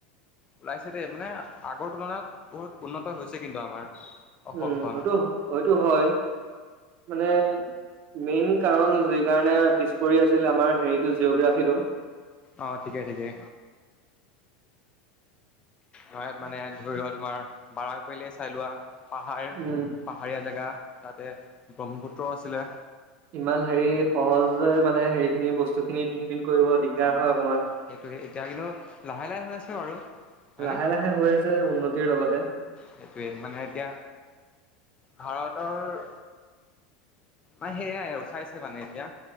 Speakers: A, on the left; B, on the right.
A: ওলাইছে দেই, মানে আগৰ তুলনাত বহুত উন্নত হৈছে কিন্তু আমাৰ। অসমখন
B: উম, হয়টো হয়টো হয়, মানে মেইন কাৰণ যি কাৰণে পিছ পৰি আছিল আমাৰ হেৰিটো জিঅগ্ৰাফীটো
A: অঁ' ঠিকে ঠিকে। হয় ইয়াত মানে ধৰি লোৱা তোমাৰ বাৰাক ভেলীয়ে চাই লোৱা, পাহাৰ
B: উম
A: পাহাৰীয়া জেগা তাতে ব্ৰহ্মপুত্ৰও আছিলে।
B: ইমান হেৰি সহজে মানে হেৰি খিনি বস্তু খিনি ইপিন সিপিন কৰিব দিগদাৰ হয় অকমান।
A: সেইটোৱে এতিয়া কিন্তু লাহে লাহে হৈ আছে বাৰু হয়নে
B: লাহে লাহে হৈ আছে উন্নতিৰ লগতে।
A: সেইটোৱে, মানে এতিয়া ভাৰতৰ নাই সেয়াই আৰু চাইছে এতিয়া,